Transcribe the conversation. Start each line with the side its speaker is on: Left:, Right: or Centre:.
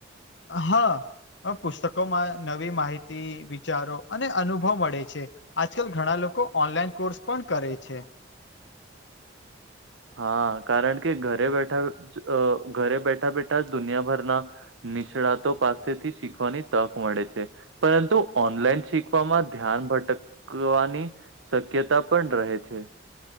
Left: હા. હા પુસ્તકોમાં નવી માહિતી વિચારો અને અનુભવ મળે છે. આજકાલ ઘણા લોકો ઓનલાઈન કોર્સ પણ કરે છે.
Right: હા કારણ કે ઘરે બેઠા અ ઘરે બેઠા બેઠા જ દુનિયાભરના નિષ્ણાતો પાસેથી શીખવાની તક મળે છે. પરંતુ ઓનલાઈન શીખવામાં ધ્યાન ભટકવાની શક્યતા પણ રહે છે.